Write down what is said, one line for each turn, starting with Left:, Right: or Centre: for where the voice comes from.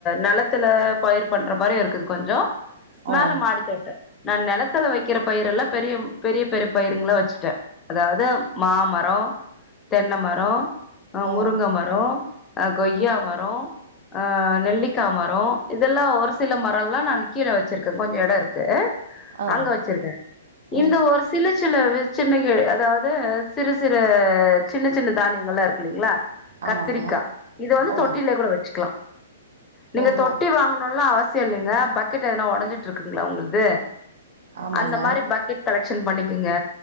Left: நிலத்துல பயிர் பண்ற மாதிரி இருக்குது கொஞ்சம்
Right: ஓ
Left: மேல மாடித்தோட்டம் நான் நிலத்துல வைக்கிற பயிர் எல்லாம் பெரிய பெரிய பெரிய பயிருங்கள வச்சிட்டேன் அதாவது மாமர மரோம் தென்னை மரோம்
Right: ஓ
Left: முருங்க மரோம் அ கொய்யா
Right: ம்
Left: மரோம் ஆ நெல்லிக்கா மரோம் இதெல்லாம் ஒரு சில மரோம் எல்லாம் நான் கீழே வச்சிருக்கேன் கொஞ்சம் இடம் இருக்கு
Right: ஆ
Left: அங்க வச்சிருக்கேன் இந்த
Right: ம்
Left: ஒரு சிலு சில சின்ன கிழ அதாவது சிறு சிறு சின்ன சின்ன தானியங்கள்லா இல்லிங்களா
Right: ஆமாங்க
Left: கத்திரிக்காய் இதை வந்து
Right: ஓ
Left: தொட்டிலயே கூட வச்சிக்கலாம் நீங்க
Right: ஓஹோ
Left: தொட்டி வாங்கணுல்லாம் அவசியம் இல்லைங்க பக்கெட் எதனா உடஞ்சிட்டு இருக்குங்களா உங்களது
Right: ஆமாங்க
Left: அந்த மாதிரி பக்கெட் கலெக்ஷன் பண்ணிக்கங்க